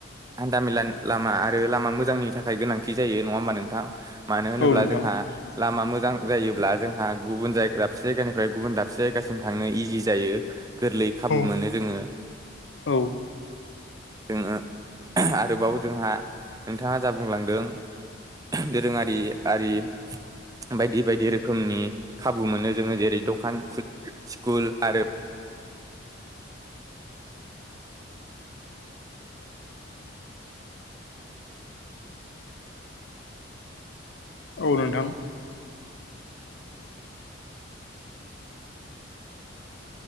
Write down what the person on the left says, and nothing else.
औ नोंथां
औ
औ
औ नोंथां